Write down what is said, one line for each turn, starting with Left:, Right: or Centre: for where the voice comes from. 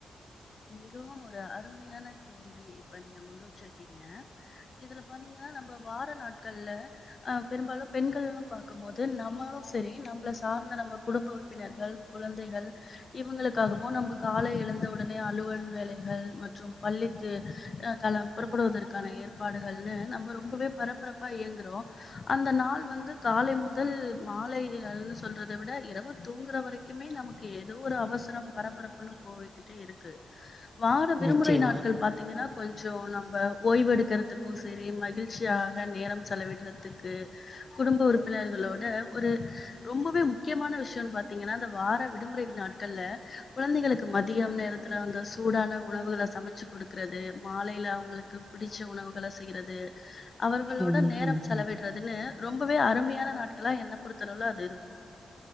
Left: மிகவும் ஒரு அருமையான கேள்வி இப்ப நீங்க முன் வச்சுருக்கீங்க இதுல பாத்தீங்ன்னா நம்ம வார நாட்கள்ல அ பெரும்பாலு பெண்கள்னு பாக்குபோது நம்மளு சரி நம்மள சார்ந்த நம்ம குடும்ப உறுப்பினர்கள் குழந்தைகள் இவங்களுக்காகவு நம்ம காலைஎழுந்தவுடன் அலுவல் வேலைகள் மற்றும் பள்ளிக்கு காலபுறப்படுவதற்கான ஏற்ப் பாடுகள்ன்னு நம்ம ரொம்பவே பரபரப்பா இயங்குறோ அந்த நாள் வந்து காலை முதல் மாலைகல்சொல்றத விட இரவு தூங்குற வரை க்குமே நமக்கு ஏதோ ஒரு அவசரம் பரபரப்புன்னு போய்க்கு டே இருக்கு வார விருமுறை
Centre: நிச்சயமா
Left: நாட்கள் பா த்தீங்கன்னா கொஞ்ச நம்ம ஓய்வெடுக்கிறதுக்கு சரி மகிழ்ச்சியாக நேரம் செலவிட்றதுக்கு குடும்ப உறுப்பினர்களோட ஒரு ரொம்பவே முக்கியமான விஷயன்னு பாத்தீங்கன்னா அந்த வார விடுமுறை நாட்கள்ல குழந்தைகளுக்கு மத் தியம் நேரத்துல அங்க சூடான உணவுகள சமைச்சு குடுக்கறது மாலையில அவுங்களுக் க்கு பிடிச்ச உணவுகள செய்றது அவர்களோட
Centre: ம்
Left: நேரம்
Centre: ம்
Left: செலவிடுறதுன்னு
Centre: ம்
Left: ரொம்பவே அருமையான நாட்களா என்ன பொறுத்தளவு அது இருக்கு